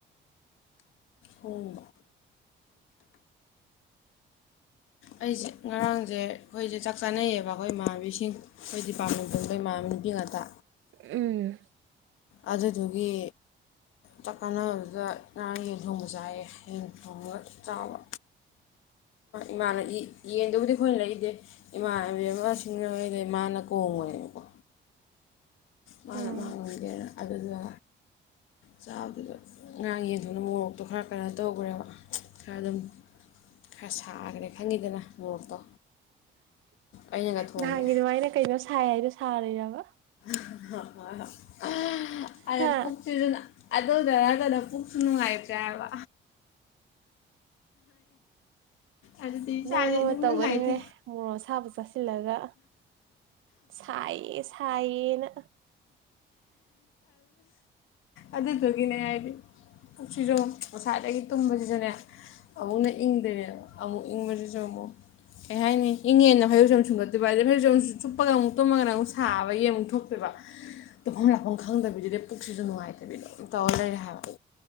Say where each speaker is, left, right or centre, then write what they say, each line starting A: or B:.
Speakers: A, on the left; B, on the right.
A: ꯍꯣꯏ ꯑꯩꯁꯦ ꯉꯔꯥꯡꯁꯦ ꯑꯩꯈꯣꯏꯁꯦ ꯆꯥꯛ ꯆꯥꯅꯩꯌꯦꯕ ꯑꯩꯈꯣꯏ ꯏꯃꯥꯟꯕꯤꯁꯤꯡ ꯑꯩꯈꯣꯏ ꯗꯤꯄꯥꯔꯠꯃꯦꯟꯇꯕ ꯏꯃꯥꯟꯕꯤ ꯅꯨꯄꯤ ꯉꯥꯛꯇ
B: ꯎꯝ
A: ꯑꯖ ꯊꯒꯦ ꯇꯀꯅ ꯑꯣꯏꯗ ꯅꯥꯡ ꯌꯦ ꯔꯣꯡꯖꯥꯏ ꯍ ꯊꯉ ꯆꯥꯎꯕ ꯏꯃꯥꯅ ꯌꯦꯡꯗꯕꯨꯗꯤ ꯑꯩꯈꯣꯏꯅ ꯂꯩꯗꯦ ꯏꯃꯥꯟꯕꯤ ꯑꯃ ꯁꯤꯡꯅꯉꯩꯗ ꯏꯃꯥꯅ ꯀꯣꯡꯉꯨꯔꯅꯦꯕꯀꯣ ꯃꯥꯅ
B: ꯎꯝ
A: ꯃꯥ ꯉꯝꯒꯦꯔ ꯑꯗꯨꯗꯨꯒ ꯆꯥꯕꯗꯨꯗ ꯉꯔꯥꯡ ꯌꯦꯟꯊꯣꯛꯅ ꯃꯣꯔꯣꯛꯇꯣ ꯈꯔ ꯀꯩꯅꯣ ꯇꯧꯈ꯭ꯔꯦꯕ ꯈꯔ ꯑꯗꯨꯝ ꯈꯔ ꯁꯥꯈ꯭ꯔꯦ ꯈꯪꯈꯤꯗꯅ ꯃꯣꯔꯣꯛꯇꯣ ꯑꯩꯅꯒ ꯊꯣꯡꯉꯦ
B: ꯅꯍꯥꯟꯒꯤ ꯑꯗꯨꯃꯥꯏꯅ ꯀꯩꯅꯣ ꯁꯥꯏ ꯍꯥꯏꯗꯣ ꯁꯥꯥꯔꯦ ꯌꯥ ꯋꯥ
A: ꯍ ꯍꯣꯏ ꯍ ꯎ ꯑ
B: ꯍꯥ
A: ꯌꯥꯝ ꯄꯣꯛꯄꯤꯗꯅ ꯑꯗꯨꯗꯔꯒꯅ ꯄꯨꯛꯁꯨ ꯅꯨꯡꯉꯥꯏꯇ꯭ꯔꯦꯕ ꯑꯗꯨꯗꯤ ꯏꯁꯥꯁꯦ
B: ꯅꯪ ꯑꯃ
A: ꯑꯗꯨꯝ
B: ꯇꯧꯒꯟꯈ꯭ꯔꯦ
A: ꯅꯨꯡꯉꯥꯏꯇꯦ
B: ꯃꯣꯔꯣ ꯁꯥꯕ ꯆꯥꯁꯤꯜꯂꯒ ꯁꯥꯏꯌꯦ ꯁꯥꯏꯌꯦꯅ
A: ꯑꯗꯨꯗꯨꯒꯤꯅꯦ ꯍꯥꯏꯗꯤ ꯁꯤꯁꯨ ꯉꯁꯥꯏꯗꯒꯤ ꯇꯨꯝꯕꯁꯤꯁꯨꯅꯦ ꯑꯃꯨꯛꯅ ꯏꯪꯗꯣꯏꯅꯦꯕ ꯑꯃꯨꯛ ꯏꯪꯕꯁꯤꯁꯨ ꯑꯃꯨꯛ ꯀꯩ ꯍꯥꯏꯅꯤ ꯏꯪꯉꯦꯅ ꯐꯩꯔꯧꯆꯝ ꯁꯨꯡꯒꯠꯇꯦꯕ ꯑꯗꯨꯩ ꯐꯩꯔꯧ ꯆꯝ ꯆꯨꯞꯄꯒ ꯑꯃꯨꯛ ꯇꯨꯝꯃꯒꯅ ꯑꯃꯨꯛ ꯁꯥꯕꯒꯤ ꯑꯃꯨꯛ ꯊꯣꯛꯇꯣꯏꯕ ꯇꯨꯝꯐꯝ ꯂꯥꯐꯝ ꯈꯪꯗꯕꯤꯗꯨꯗꯤꯦ ꯄꯨꯈ꯭ꯔꯤꯁꯨ ꯅꯨꯡꯉꯥꯏꯇꯕꯤꯗꯣ ꯑꯗꯨꯝ ꯇꯧꯔ ꯂꯩꯔꯦ ꯍꯥꯏꯕ